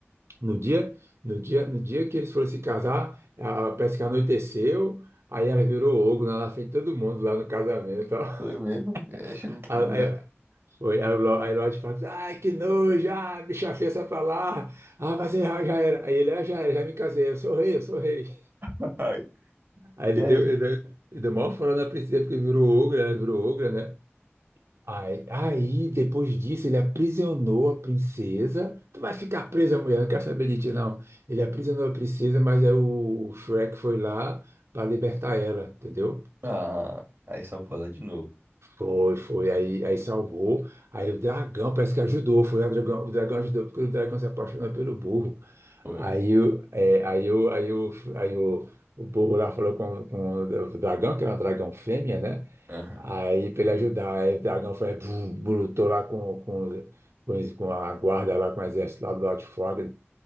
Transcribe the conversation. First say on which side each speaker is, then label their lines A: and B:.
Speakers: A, on the right; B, on the right.
A: No dia, no dia, no dia que eles foram se casar, a, a- parece que anoiteceu, aí ela virou ogro né? lá na frente de todo mundo lá no casamento. ó.
B: Foi mesmo? Eu acho
A: <laughs>
B: nem
A: Aí,
B: lembrado.
A: aí, foi, aí, o Lo- aí Lorde fala, ai, que nojo, ah, bicha feia, sai pra lá. Ah, mas já, já era. Aí ele, ah, já era, já me casei, eu sou rei, eu sou rei.
B: <laughs> ai,
A: Aí ele
B: e aí?
A: deu, ele deu, ele deu maior fora na princesa, porque virou ogro, ela virou ogra, né? Aí, aí, depois disso, ele aprisionou a princesa. Tu vai ficar presa, mulher, não quero saber de ti, não. Ele aprisionou a princesa, mas aí o Shrek foi lá para libertar ela, entendeu?
B: Ah, aí só vou lá de novo.
A: Foi, foi. Aí, aí salvou. Aí o dragão parece que ajudou. Foi o dragão, o dragão ajudou, porque o dragão se apaixonou pelo burro.
B: Foi.
A: Aí, o- é, aí, o aí, o aí o, o burro lá falou com, com o dragão, que era um dragão fêmea, né?
B: Aham.
A: Aí, pra ele ajudar, aí o dragão foi, bum, lutou lá com, com, com, os- com a guarda lá, com o exército lá do Alto Fogo,